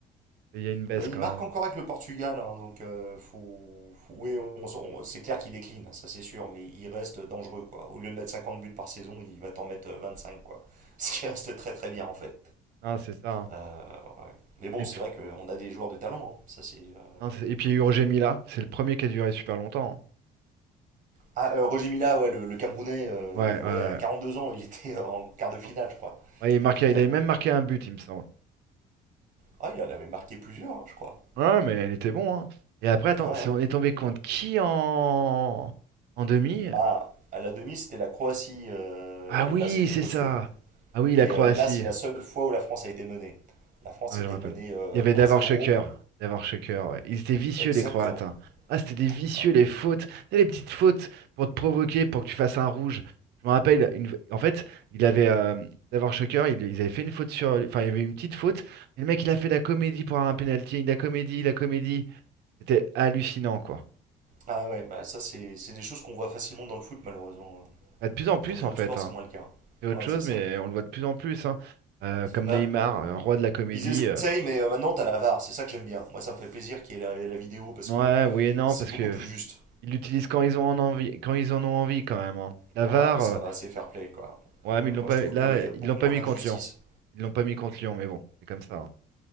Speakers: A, on the right; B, on the right.
A: il y a une baisse
B: Bah, il
A: quand
B: marque
A: même.
B: encore avec le Portugal, hein, donc euh, faut, faut- oui, on- on- c'est clair qu'il décline, ça c'est sûr, mais il reste dangereux quoi. Au lieu de mettre 50 buts par saison, il va t'en mettre euh, 25 quoi. <laughs> Ce qui reste très très bien en fait.
A: Non, c'est ça. hein.
B: Euh, ouais. Mais bon,
A: Et
B: c'est
A: puis,
B: vrai qu'on a des joueurs de talent, hein, ça c'est. euh,
A: non, c'est- et puis il y a eu Roger
B: on a-
A: Mila. C'est le premier qui a duré super longtemps. hein.
B: Ah, euh, Roger Mila, ouais, le, le Camerounais, euh,
A: Ouais,
B: ouais,
A: ouais.
B: à 42 ans, il était <laughs> euh, en quart de finale,
A: Ouais,
B: je crois,
A: Ouais, il marquait,
B: avec le Cameroun.
A: il avait même marqué un but, il me semble.
B: Ah, il en avait marqué plusieurs, hein, je crois.
A: Ouais, mais il était bon. hein. Et après, attends,
B: Ouais,
A: c'est-
B: ouais.
A: on est tombé contre qui en, en demi?
B: Ah, à la demi, c'était la Croatie, euh,
A: Ah oui,
B: et là, c'était
A: c'est
B: costaud.
A: ça. Ah oui, la
B: Et
A: Croatie.
B: euh, là, c'est la seule fois où la France a été menée. La France
A: Ouais,
B: était
A: je me rappelle.
B: menée euh,
A: Il y avait
B: 1-0,
A: Davor Shocker. Davor Shocker, ouais. Ils étaient vicieux,
B: exactement.
A: les Croates. hein. Ah, c'était des vicieux,
B: Ah
A: les fautes. Tu sais, les petites fautes pour te provoquer, pour que tu fasses un rouge. Je me rappelle, une- en fait, il avait. euh, Davor Shocker, il- ils avaient fait une faute sur. Enfin, il y avait une petite faute. Et le mec, il a fait la comédie pour un penalty. La comédie, la comédie. C'était hallucinant, quoi.
B: ah ouais, bah ça, c'est c'est des choses qu'on voit facilement dans le foot, malheureusement.
A: Bah, de plus en plus,
B: Dans les
A: en
B: autres
A: fait.
B: sports,
A: hein.
B: c'est moins le cas.
A: C'est autre
B: Ouais,
A: chose,
B: c'est ça.
A: mais on le voit de plus en plus. hein. Euh, comme
B: Bah,
A: Neymar, euh, roi de la comédie.
B: ils essayent,
A: euh,
B: mais euh, maintenant, t'as la VAR, c'est ça que j'aime bien. Moi, ça me fait plaisir qu'il y ait la, la vidéo parce
A: Ouais,
B: que
A: oui et non,
B: c'est
A: parce
B: beaucoup
A: que
B: plus
A: pff,
B: juste.
A: ils l'utilisent quand ils ont en envie, quand ils en ont envie quand même. hein. La
B: Bon,
A: VAR,
B: ah, ça
A: euh,
B: va, c'est fair play, quoi.
A: ouais,
B: Euh,
A: mais ils l'ont
B: moi,
A: pas,
B: je trouve
A: là,
B: qu'il
A: euh,
B: y a beaucoup
A: ils l'ont pas
B: moins
A: mis
B: d'injustice.
A: contre Lyon. Ils l'ont pas mis contre Lyon, mais bon, c'est comme ça. hein.